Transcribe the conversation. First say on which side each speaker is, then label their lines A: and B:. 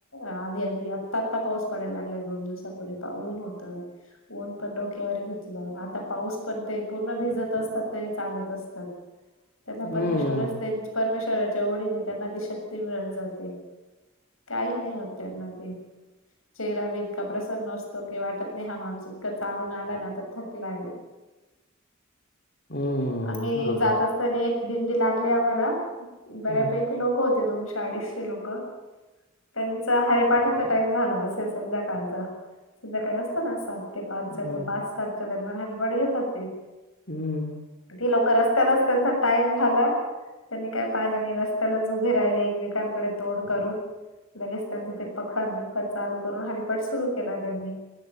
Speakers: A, on the left; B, on the left.
A: आधी- आधी आत्ता- आत्ता पाऊस पडायला, लागलाय, दोन दिवसापूर्वी काऊन होत. ऊन पण डोक्यावर घेतलं, आता पाऊस पण ते पूर्ण भिजत असतात, तरी चालत असतात. त्यांना, परमेश्वरच
B: हम्म,
A: त्यां परमेश्वराच्या ओढने त्यांना ती शक्ती मिळत जाते. काही नाही होत त्यांना ते चेहरा बी इतका प्रसन्न असतो, की वाटत नाही हा माणूस इतका चालून आलाय आणि थकलाय.
B: हम्म,
A: आम्ही
B: बरोबर.
A: जात असताना, एक दिंडी लागली आम्हाला बऱ्यापैकी
B: हं,
A: लोकं होते दोनशे अडीचशे लोकं त्यांचा हरीपाठाचा टाइम झाला असेल, संध्याकाळचा संध्याकाळी अस पण सात ते पाचच्या
B: हं,
A: पाच सातच्या दरम्यान हरिपाठ घेतात ते.
B: हम्म.
A: ती लोकं रस्त्यालाच त्यांचा टाइम झाला. त्यांनी काही पाहिलं नाही रस्त्यालाच उभे राहिले एकमेकांकडे तोंड करून. लगेच त्यांचा ते पखवाद बीखवाद चालू करून हरिपाठ सुरू केला त्यांनी.